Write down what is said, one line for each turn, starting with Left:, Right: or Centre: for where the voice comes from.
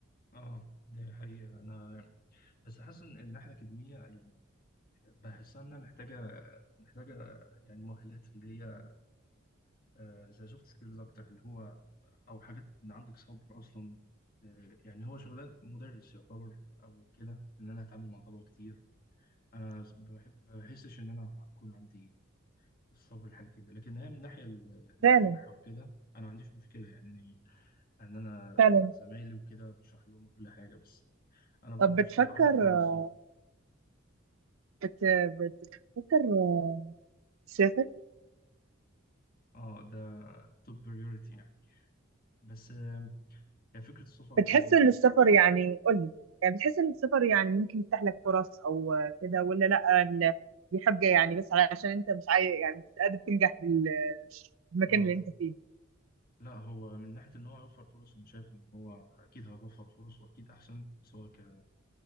Left: آه ده حقيقة أنا بس حاسس إن الناحية الأكاديمية يعني بحسها إنها محتاجة محتاجة يعني مؤهلات اللي هي آه، زي سوفت سكيلز أكتر اللي هو او حاجات ان عندك صبر اصلا آه، يعني هو شغلان مدرس يعتبر او كده ان انا هتعامل مع طلبه كتير انا بحب بحسش ان انا هيكون عندي الصبر لحاجه كده لكن هي من ناحيه ال- الشرح
Right: فعلا
Left: وكده انا ما عنديش مشكله يعني إني- ان انا
Right: فعلا
Left: مع زمايلي وكده بشرح لهم كل حاجه بس انا برضو
Right: طب بتفكر
Left: مش عايز اطلع من
Right: آه،
Left: الزون ده
Right: بت... بتفكر آه، تسافر
Left: اه ده توب بريورتي يعني بس آه، هي فكره السفر برضو
Right: بتحس
Left: يعني
Right: ان السفر يعني قول لي يعني بتحس ان السفر يعني ممكن يفتح لك فرص او آه، كده ولا لا ال- دي حاجة يعني بس علشان انت مش عايز يعني مش قادر تنجح بال- بالمكان
Left: آه،
Right: اللي انت فيه
Left: لا هو من ناحية إن هو هيوفر فرص أنا شايف إن هو أكيد هيوفر فرص وأكيد أحسن سواء ك